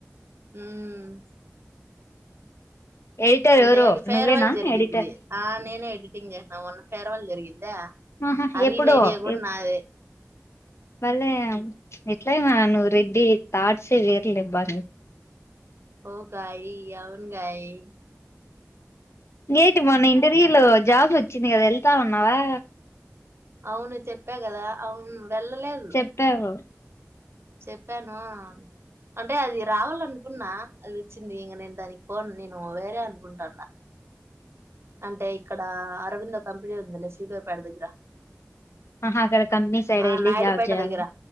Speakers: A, on the right; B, on the left.
A: హమ్
B: ఎడిటర్
A: అంటే
B: ఎవరో
A: అది ఫేర్వల్
B: నువ్వేనా
A: జరిగింది
B: ఎడిటర్
A: ఆ నేనే ఎడిటింగ్ చేశా మొన్న ఫేర్వెల్ జరిగిందా
B: ఉహు
A: ఆ
B: ఎప్పుడో
A: రీల్ ఐడియా కూడా
B: ఎప్
A: నాదే
B: బలే అట్లయిన నువ్వు రెడ్డి థాట్స్ ఎ వేరు లేబాని
A: ఓ గయి అవును గయి ఎన్
B: ఏంటి మొన్న ఇంటర్వ్యూలో జాబ్ వచ్చింది కదా వెళ్తా ఉన్నావా
A: అవును చెప్పా కదా అవును వెళ్ళలేదు
B: చెప్పావు.
A: చెప్పాను అంటే అది రావాలనుకున్నా అది ఒచ్చింది ఇంక నేను దాని పోన్ నేను వేరే కుంటన్న అంటే ఇక్కడ అరవింద కంపెనీ ఉందిలే శ్రీదేవుపాడ్ దగ్గర
B: ఆహా అక్కడ కంపెనీ సైడ్
A: ఆ
B: వెళ్ళి
A: నాయుడుపేట
B: జాబ్ చేయాలని
A: దగ్గర